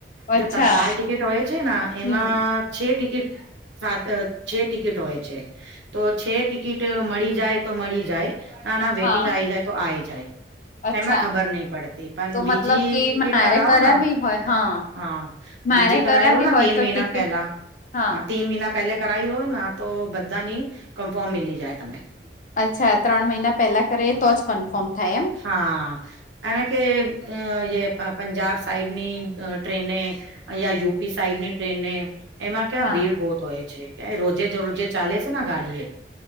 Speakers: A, on the right; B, on the left.
A: જો
B: અચ્છા
A: તત્કાલ ટિકિટ હોય છે ના એમાં
B: હમ
A: છે ટિકિટ સાત છે ટિકિટ હોય છે તો છે ટિકિટ મળી જાય તો મળી જાય ના ના વેટિંગ
B: હા
A: આવી જાય તો આ જાય
B: અચ્છા
A: એમાં ખબર નહી પડતી પણ
B: તો
A: બીજી
B: મતલબ કે
A: ટિકિટ
B: મારે
A: કરાવો
B: કરાવી
A: ને
B: હોય હા
A: હા.
B: મારે
A: બીજી કરાય
B: કરાવી
A: હો ના
B: હોય
A: તીન
B: તો
A: મહિના
B: ટિકિટ
A: પેલા.
B: હા.
A: તીન મહિના પહેલે કરા ઈ હો ના તો બધાની કન્ફર્મ મિલી જાય તમે ટી
B: અચ્છા ત્રણ મહિના પહેલા કરાઈ યે તો જ કન્ફોર્મ થાય એમ?
A: હા અને કે યે બ પંજાબ સાઈડની ટ્રેને યા યુપી સાઈડની ટ્રેને એમાં ક્યાં
B: હા,
A: ભીડ બહુત હોય છે કયારે રોજે રોજે ચાલે છે ને આ ગાડી એ